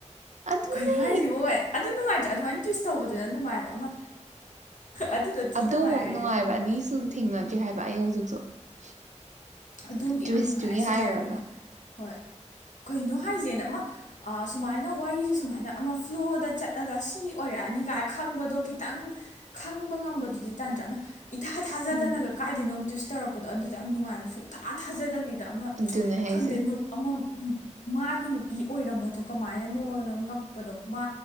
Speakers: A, on the right; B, on the left.
A: ꯑꯗꯨꯅꯦ
B: ꯅꯨꯡꯉꯥꯏꯁꯤꯕꯒꯥꯏ ꯑꯗꯨ ꯅꯨꯡꯉꯥꯏꯇ꯭ꯔꯥ ꯑꯗꯨꯃꯥꯏꯅ ꯇꯨꯋꯤꯁ ꯇꯧꯕꯗꯨꯗ ꯅꯨꯡꯉꯥꯏꯕ ꯑꯃ ꯑꯗꯨꯗꯗꯤ
A: ꯑꯗꯨꯃꯨꯛ
B: ꯅꯨꯡꯉꯥꯏꯔ ꯍꯥꯏꯁꯦ
A: ꯅꯨꯡꯉꯥꯏꯕ ꯑꯅꯤꯁꯨ ꯊꯦꯡꯅꯗ꯭ꯔꯤ <inaudible>
B: ꯑꯗꯣꯝꯗꯤ
A: ꯇ꯭ꯋꯤꯁꯇꯨꯒꯤ
B: ꯌꯥꯝ ꯅꯨꯡꯉꯥꯏ ꯑꯩꯁꯨ
A: ꯍꯥꯏꯔꯨꯔꯒ
B: ꯌꯥꯅꯤꯡꯉꯦ ꯍꯣꯏ ꯀꯩꯅꯣ ꯍꯥꯏꯁꯦꯅ ꯑꯃ ꯁꯨꯃꯥꯏꯅ ꯋꯥꯔꯤꯁꯦ ꯁꯨꯃꯥꯏꯅ ꯑꯃ ꯐ꯭ꯂꯣꯗ ꯆꯠꯂꯒ ꯁꯤ ꯑꯣꯏꯔꯛꯑꯅꯤ ꯀꯥꯏꯅ ꯈꯪꯕꯗꯣ ꯈꯤꯇꯪ ꯈꯪꯕ ꯉꯝꯕꯗꯨꯗꯤ ꯇꯟꯗ꯭ꯔꯥ ꯑꯃ ꯏꯊꯥ ꯊꯥꯖꯗꯅꯒ
A: ꯎꯝ
B: ꯀꯥꯏꯗꯅꯣꯝ ꯇꯧꯔꯛꯄꯗꯣ ꯑꯗꯨꯗ ꯌꯥꯝ ꯉꯥꯏꯅ ꯁꯨꯝ ꯁꯨꯛꯊꯥ ꯊꯖꯔꯗꯕꯤ ꯗ ꯑꯃ
A: ꯑꯗꯨꯅꯦ ꯍꯥꯏꯁꯦ
B: ꯈꯪꯗꯦ ꯑꯃ ꯃꯥꯒꯤ ꯅꯨꯄꯤ ꯑꯣꯏꯔꯝꯕꯗꯣ ꯀꯃꯥꯏꯅꯅꯣꯅ ꯉꯛꯄꯗꯣ ꯃꯥ